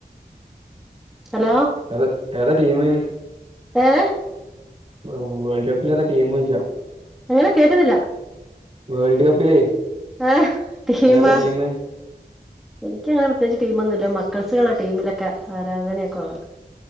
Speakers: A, in the centre; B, on the right (about 35°).
A: ഹലോ
B: അത് ഏതാ ടീമ്?
A: ഏഹ്?
B: വെ വ് വേൾഡ് കപ്പിലേതാ ടീമോയ്ച്ച
A: എങ്ങനെ കേക്ക്ന്നില്ല.
B: വേൾഡ് കപ്പിലേ
A: ഏഹ് ടീമാ
B: ഏതാ ടീം
A: എനിക്കങ്ങനെ പ്രത്യേകിച്ച് ടീമൊന്നുല്ല, മക്കൾസ്സ്കളാ ടീമിലൊക്കെ ആരാധനയൊക്കെ ഉള്ളത്. <inaudible>